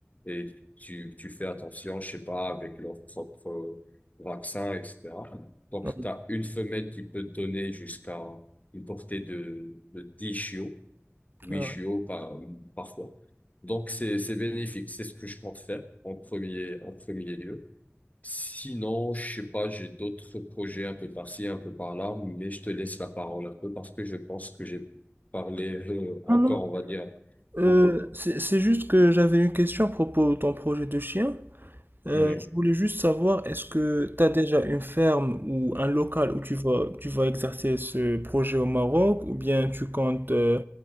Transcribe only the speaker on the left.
et tu, tu fais attention, je sais pas, avec leur propre euh, vaccin, etc. Donc,
tu as une femelle qui peut te donner jusqu'à une portée de, de 10 chiots, huit
chiots par, parfois. Donc, c'est, c'est bénéfique. C'est ce que je compte faire en premier, en premier lieu. Sinon, je sais pas, j'ai d'autres projets un peu par-ci, un peu par-là, mais je te laisse la parole un peu parce que je pense que j'ai parlé euh, encore,
on va dire,
beaucoup.
Oui.